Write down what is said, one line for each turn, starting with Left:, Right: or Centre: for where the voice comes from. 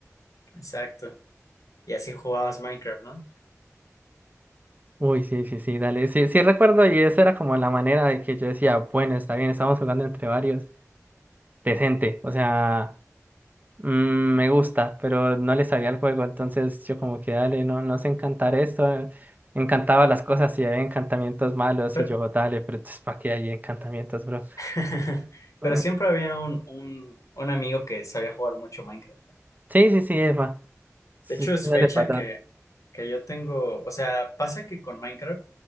Left: exacto. Y así jugabas Minecraft, ¿no?
Right: Uy, sí, sí, sí, dale. Sí, sí recuerdo y esa era como la manera de que yo decía, bueno, está bien, estamos jugando entre varios. Decente, o sea, mm, me gusta, pero no le sabía el juego, entonces yo como que dale, no, no sé encantar esto. eh, Encantaba las cosas y hay encantamientos malos
Left: Pero,
Right: y yo, dale, pero entonces ¿para qué hay encantamientos, bro?
Left: <laughs> pero
Right: Eh,
Left: siempre había un, un, un amigo que sabía jugar mucho Minecraft.
Right: sí, sí, sí, Eva. Sí,
Left: De hecho,
Right: sí,
Left: es
Right: dale
Left: fecha
Right: para
Left: que,
Right: atrás.
Left: que yo tengo, o sea, pasa que con Minecraft,